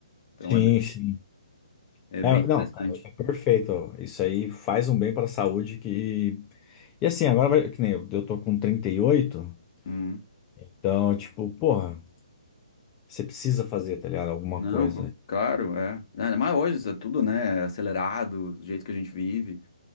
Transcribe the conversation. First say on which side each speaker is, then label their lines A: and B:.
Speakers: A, on the left (about 45°); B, on the left (about 20°).
A: Então
B: sim,
A: é, bem-
B: sim.
A: é
B: É,
A: bem interessante.
B: não, cara, é perfeito. Isso aí faz um bem para a saúde que. E assim, agora vai, que nem eu, eu tô com 38,
A: Hum.
B: então, tipo, porra, você precisa fazer, tá ligado? Alguma
A: Não,
B: coisa.
A: co- claro, é. Não, Ainda mais hoje, isso é tudo, né? Acelerado, do jeito que a gente vive.